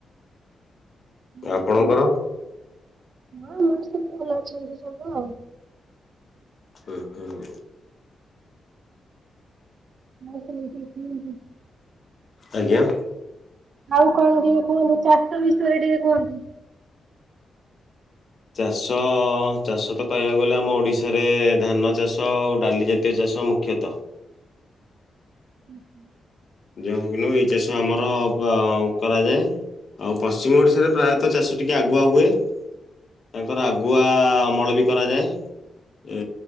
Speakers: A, on the right; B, on the left.
A: ହଁ
B: ଆପଣଙ୍କର?
A: ଆଉ ସମସ୍ତେ ଭଲ ଅଛନ୍ତି ସବୁ ଆଉ।
B: ହୁଁ ହୁଁ।
A: <unintelligible>
B: ଆଜ୍ଞା?
A: ଆଉ କଣ ଟିକେ କୁହନ୍ତୁ ଚାଷ ବିଷୟରେ ଟିକେ କୁହନ୍ତୁ।
B: ଚାଷ ଚାଷ ତ କହିବାକୁ ଗଲେ ଆମ ଓଡିଶାରେ ଧାନ ଚାଷ ଆଉ ଡାଲି ଜା ତ ଚାଷ ମୁଖ୍ୟତଃ।
A: ଉ ହୁ।
B: ଯୋଉ ହଉ କି ନୁ ଏଇ ଚାଷ ଆମର କରାଯାଏ। ଆଉ ପଶ୍ଚିମ ଓଡ଼ିଶାରେ ପ୍ରାୟତଃ ଚାଷ ଟିକେ ଆଗୁଆ ହୁଏ। ତାଙ୍କର ଆଗୁଆ ଅମଳ ବି କରାଯାଏ। ଏ